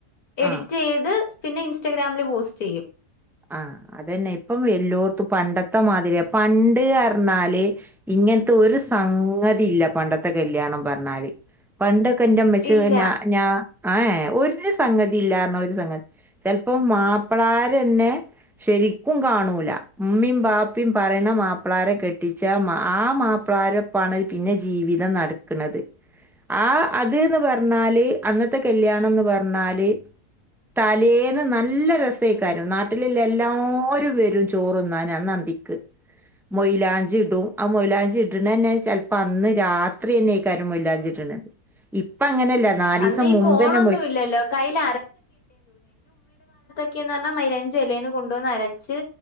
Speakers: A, on the left; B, in the centre.
A: എഡിറ്റ്
B: ആ
A: ചെയ്ത് പിന്നെ ഇൻസ്റ്റാഗ്രാമില് പോസ്റ്റ് ചെയ്യും
B: ആ അതന്നെ ഇപ്പം എല്ലോർത്തും പണ്ടത്തെ മാതിരിയാ പണ്ട് പറഞ്ഞാല് ഇങ്ങനത്തെ ഒരു സംഗതി ഇല്ല പണ്ടത്തെ കല്യാണം പറഞ്ഞാല് പണ്ട് ക്കെ എൻ്റെമ്മച്ചി
A: ഇല്ല.
B: ഞാ ഞാ ആ ഏ ഒരു സംഗതി ഇല്ലാരുന്നു ഒരു സംഗതി ചിലപ്പോ മാപ്പിള്ളാരുത്തന്നെ ശരിക്കും കാണൂല ഇമ്മിയും ബാപ്പിയും പറയുന്ന മാപ്പിളാര കെട്ടിച്ച ആ മാപ്പിളാര ഒപ്പാണ് പിന്നെ ജീവിതം നടക്കണത് ആ അതന്ന് പറഞ്ഞാല് അന്നത്തെ കല്യാണം എന്ന് പറഞ്ഞാല് തലേന്ന് നല്ല രസയ്ക്കാരം നാ ട്ടില്ലാ എല്ലാരും വരും ചോറ് തിന്നാൻ അന്ന് അന്തിക്ക് മൊയ്- യ്ലാഞ്ചി ഇടും ആ മൊയ്ലാഞ്ചി ഇടണ തന്നെ ചിലപ്പോ അന്ന് രാത്രി തന്നെ ആയിരിക്കും മൊയ്ലാഞ്ചി ഇടണേ ഇപ്പം അങ്ങനെയല്ല നാല് ദിവസം
A: അന്ന് ഈ
B: മുമ്പന്നെ
A: കോണൊന്നും
B: മൊയ്
A: ഇല്ലല്ലോ. കയ്യിൽ ക്കെന്ന് പറഞ്ഞാ മൈലാഞ്ചി ഇലെന്ന് കൊണ്ടുവന്ന് അരച്ച്